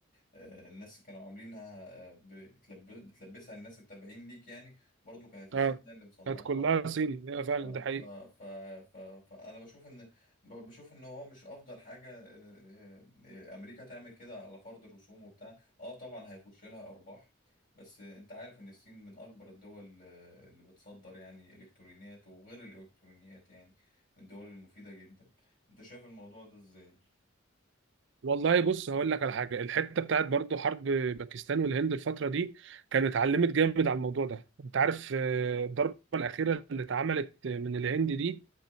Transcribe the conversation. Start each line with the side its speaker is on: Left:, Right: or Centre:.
Left: آه، الناس كانوا عاملينها آه، ب- بتلب- بتلبسها الناس التابعين ليك يعني برضو كانت الصين
Right: اه
Left: هي اللي مصنعاها
Right: كانت كلها صيني ايوه
Left: ف
Right: فعلا
Left: ف
Right: ده حقيقي
Left: ف ف فانا بشوف ان ب- بشوف ان هو مش افضل حاجه آه، آه، امريكا تعمل كده على فرض الرسوم وبتاع اه طبعا هيخش لها ارباح بس آه، انت عارف ان الصين من اكبر الدول آه، اللي بتصدر يعني الكترونيات وغير الالكترونيات يعني من الدول المفيده جدا انت شايف الموضوع ده ازاي
Right: والله بص هقول لك على حاجه الحته بتاعت برضو حرب باكستان والهند الفتره دي كانت اتعلمت جامد على الموضوع ده انت عارف آه، الضربه الاخيره اللي اتعملت من الهند دي